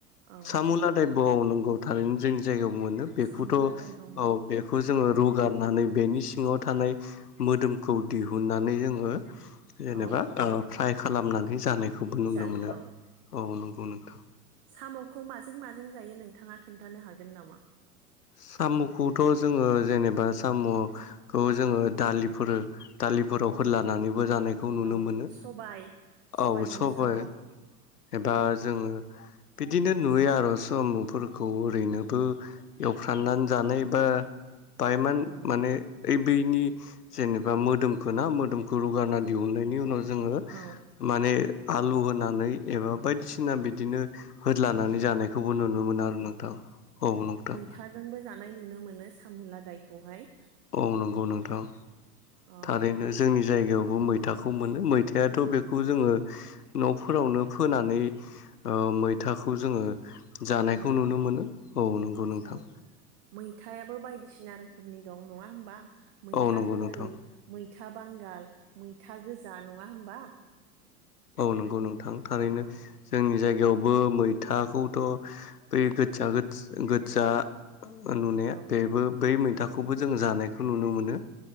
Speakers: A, on the right; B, on the left.
A: औ
B: सामु लादाइब नों <unintelligible> थारैनो जोंनि जायगायाव मोनो बेखौथ
A: साम' लादाय दङ
B: औ बेखौ जोङो
A: औ
B: रुगारनानै बेनि सिंङाव थानाय मोदोमखौ दिहुननानै जोङो जेनेबा
A: औ
B: ओ फ्राय खालामनानै जानायखौबो नुनो
A: जायो
B: मोनो
A: औ
B: औ‌ नों गौ नोंथां
A: सामखौ माजों माजों जायो नोंथांङा खोन्थानो हागोन नामा?
B: साम खौथ जोङो जेनेब बा सामखौ जोङो दालिफोर दालिफोराव होदलानानै बो जानायखौ नुनो
A: औ
B: मोनो
A: सबाय सबायजों
B: औ सबाय
A: साम' औ
B: एबा जोङो बिदिनो नुयो आरो साम'फोरखौ ओरैनोबो एवफ्राननानै जानाय बा बायमान
A: औ
B: माने ओइ बैनि जेनेबा मोदोमखो ना मोदोम रुगारना दिहुननायनि उनाव जोङो
A: औ
B: माने आलु होनानै एबा बायदिसिना बिदिनो होदलानानै जानाय खौबो नुनो मोनो आरो नोंथां औ नोंथां।
A: थाजोंबो जानाय नुनो मोनो सामुला दायखौहाय।
B: औ नंगौ नोंथां
A: औ
B: थारैनो जोंनि जायगायाव मैथाखौ मोनो मैथायाथ बेखौ जोङो नफोरावनो फोनानै ओ मैथाखौ जोङो जानायखौ
A: औ
B: नुनो मोनो औ नंगौ नोंथां
A: औ मैथायाबो बायदिसिना रोखोमनि दं नङा होमबा मैथा
B: औ नंगौ
A: गोखै
B: नोंथां
A: मै था बांगाल मैथा गोजा नङा होमबा।
B: औ नंगौ नोंथां थारैनो
A: औ औ
B: जोंनि जायगा बेयावबो मैथाखौथ बै गोदजा गोदजा नुनाया
A: औ
B: बेबो बै मैथाखौबो
A: औ
B: जों जानायखौ नुनो मोनो।